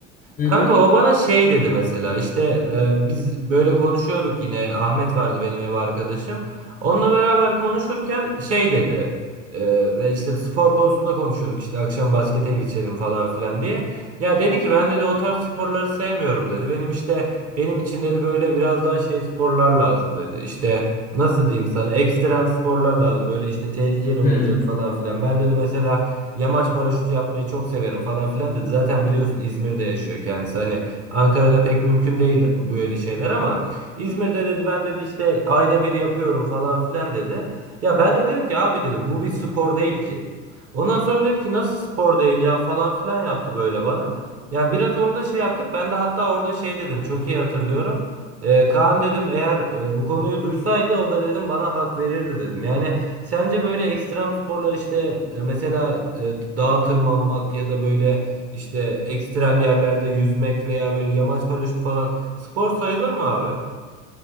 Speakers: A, on the left (about 25°); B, on the right (about 35°).
A: Hı
B: Kanka
A: hı.
B: o bana şey dedi mesela işte e, biz böyle konuşuyorduk yine Ahmet vardı benim ev arkadaşım. Onunla beraber konuşurken şey dedi e, ve işte spor konusunda konuşuyorduk işte akşam baskete geçelim falan filan diye. Ya dedi ki ben dedi o tarz sporları sevmiyorum dedi. Benim işte benim için dedi böyle biraz daha şey sporlar lazım dedi. İşte nasıl diyeyim sana ekstrem sporlar lazım böyle işte tehlikeli olacak
A: Hı.
B: falan filan. Ben dedi mesela Yamaç paraşütü yapmayı çok severim falan filan dedi. Zaten biliyorsun İzmir'de yaşıyor kendisi. Hani Ankara'da pek mümkün değil böyle şeyler ama İzmir'de dedi ben dedi işte ayda bir yapıyorum falan filan dedi. Ya ben de dedim ki abi dedim bu bir spor değil ki. Ondan sonra dedi ki nasıl spor değil ya falan filan yaptı böyle bana. Ya biraz orada şey yaptık. Ben de hatta orada şey dedim. Çok iyi hatırlıyorum. Ee, Kaan dedim eğer e, bu konuyu duysaydı o da dedim bana hak verirdi dedim. Yani Sence böyle ekstrem sporlar işte e, mesela e, dağa tırmanmak ya da böyle işte ekstrem yerlerde yüzmek veya böyle yamaç paraşütü falan spor sayılır mı abi?